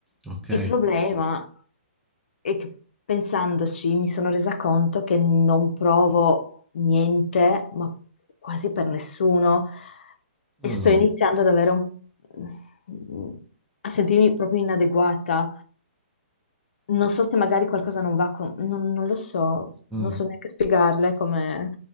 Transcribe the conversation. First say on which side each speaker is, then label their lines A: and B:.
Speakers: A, in the centre; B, on the left.
A: ok.
B: Il problema è che pensandoci mi sono resa conto che non provo niente, ma quasi per nessuno, e
A: Mm,
B: sto iniziando ad avere un... a sentirmi proprio inadeguata. Non so se magari qualcosa non va con... Non, non lo so,
A: mm,
B: non so neanche spiegarle come,